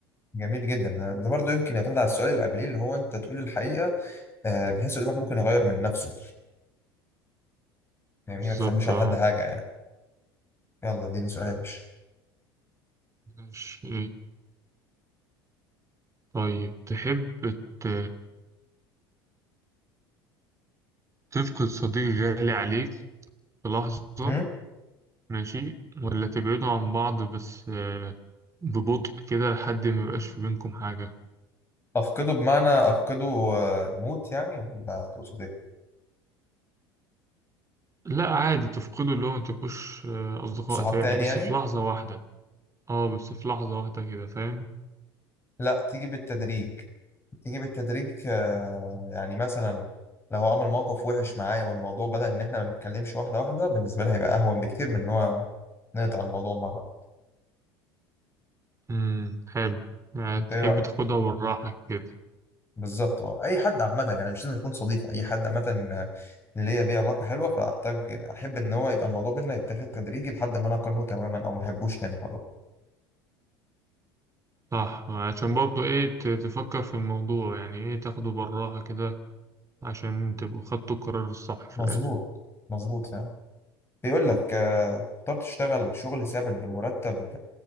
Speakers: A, on the left (about 20°); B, on the right (about 20°).
A: جميل جدا ده برضو يمكن يعتمد على السؤال اللي قبليه اللي هو انت تقول الحقيقة آه، بحيث قدامك ممكن يغير من نفسه يعني
B: بالظبط
A: ما تخبيش على
B: اه
A: حد حاجة يعني يلا اديني سؤال يا باشا
B: ماشي طيب تحب ت... تفقد صديق غالي عليك في لحظة
A: مم؟
B: ماشي ولا تبعدوا عن بعض بس آه، ببطء كده لحد ما يبقاش في بينكم حاجة
A: أفقده بمعنى أفقده آه، موت يعني ولا تقصد إيه؟
B: لا عادي تفقدوا اللي هو ما تبقوش آه، أصدقاء
A: صحاب
B: تاني
A: تاني
B: بس
A: يعني
B: في لحظة واحدة اه بس في لحظة واحدة كده فاهم
A: لا تيجي بالتدريج تيجي بالتدريج آه، يعني مثلا لو هو عمل موقف وحش معايا والموضوع بدأ ان احنا ما بنتكلمش واحده واحده بالنسبه لها هيبقى اهون بكتير من ان هو نقطع الموضوع مره
B: امم حلو يعني
A: انت
B: تحب
A: ايه رايك
B: تاخدها بالراحة كده
A: بالظبط اه اي حد عامه يعني مش لازم يكون صديق اي حد عامه آه، اللي هي بيه علاقه حلوه فاحتاج احب ان هو يبقى الموضوع بينا يتاخد تدريجي لحد ما انا اكرهه تماما او ما احبوش تاني خلاص
B: صح عشان برضه ايه ت- تفكر في الموضوع يعني ايه تاخده بالراحة كده عشان تبقوا خدتوا القرار الصح في
A: مظبوط
B: الآخر
A: مظبوط فعلا بيقول لك آه، تختار تشتغل شغل ثابت بمرتب